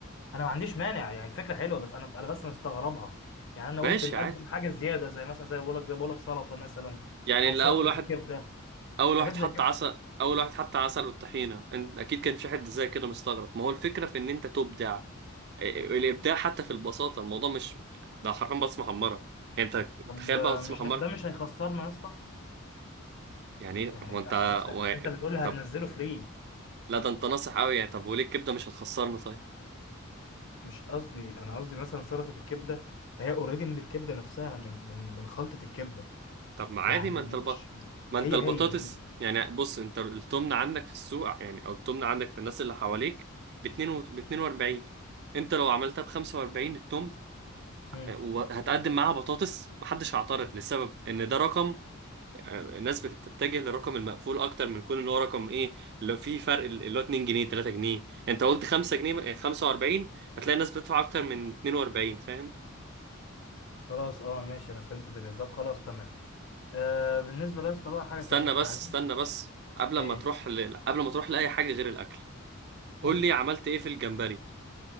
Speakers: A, on the left; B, on the right.
A: انا ما عنديش مانع يعني الفكره حلوه بس انا انا بس مستغربها يعني انا
B: ماشي
A: قلت نقدم
B: عادي
A: حاجه زياده زي مثلا زي بقول لك زي بقول لك سلطه مثلا
B: يعني
A: او
B: الاول
A: سلطه
B: واحد
A: الكبده
B: اول واحد
A: حاجات زي
B: حط
A: كده
B: عسل اول واحد حط عسل والطحينه انت اكيد كان في حد زي كده مستغرب ما هو الفكره في ان انت تبدع الابداع حتى في البساطه الموضوع مش ده حرفيا بطاطس محمره يعني انت
A: طب
B: تخيل
A: آه،
B: بقى بطاطس
A: مش
B: محمره
A: هي- ده مش هيخسرنا يا اسطى
B: يعني إيه؟
A: احنا
B: هو
A: ك-
B: انت
A: أس... أس... أس...
B: و...
A: انت بتقول هتنزله
B: طب
A: فري
B: لا ده انت ناصح قوي يعني طب وليه الكبده مش هتخسرنا طيب
A: مش قصدي انا قصدي مثلا سلطه الكبده فهي اوريدي من الكبده نفسها من من من خلطه الكبده
B: طب ما عادي
A: يعني
B: ما انت
A: مش
B: البط ما
A: هي
B: انت البطاطس
A: هي من
B: يعني بص انت التمن عندك في السوق يعني او التمن عندك في الناس اللي حواليك ب 2 و... ب 42 انت لو عملتها ب 45 التمن
A: مم.
B: وهتقدم معاها بطاطس محدش هيعترض لسبب ان ده رقم آه، الناس بتتجه للرقم المقفول اكتر من كون ان هو رقم ايه لو في فرق اللي هو 2 جنيه 3 جنيه انت قلت 5 جنيه 45 هتلاقي الناس بتدفع اكتر من 42 فاهم
A: خلاص اه ماشي انا فهمت فكرة طب خلاص تمام آه بالنسبه لاسطى بقى حاجه
B: استنى
A: تانية احنا
B: بس
A: عايزين
B: استنى بس قبل
A: ايه
B: ما تروح ل... قبل ما تروح لاي حاجه غير الاكل قول
A: مم.
B: لي عملت ايه في الجمبري